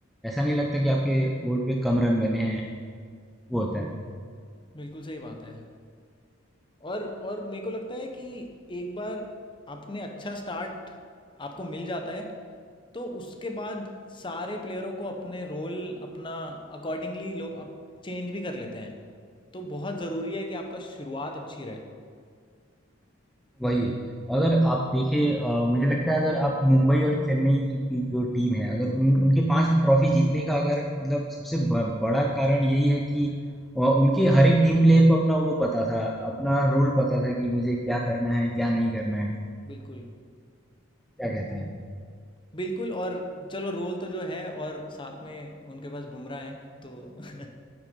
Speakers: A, in the centre; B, on the left.
A: ऐसा नहीं लगता कि आपके बोर्ड पे कम रन बने हैं वो होता है।
B: बिल्कुल सही बात है और और मेरे को लगता है कि एक बार आपने अच्छा स्टार्ट आपको मिल जाता है तो उसके बाद सारे प्लेयरों को अपने रोल अपना अकॉर्डिंगली लोग अप चेंज भी कर लेते हैं तो बहुत ज़रूरी है कि आपका शुरुआत अच्छी रहे
A: वही अगर आप देखें अ, मुझे लगता है अगर आप मुंबई और चेन्नई जो की जो टीम है अगर उन, उनके पांच ट्रॉफी जीतने का अगर मतलब सबसे ब, बड़ा कारण यही है कि अ, उनके हर एक टीम प्लेयर को अपना वो पता था अपना रोल पता था कि मुझे क्या करना है क्या नहीं करना है
B: बिल्कुल
A: क्या कहते हैं
B: बिल्कुल और चलो रोल तो जो है और साथ में उनके पास बुमराह हैं तो <laughs>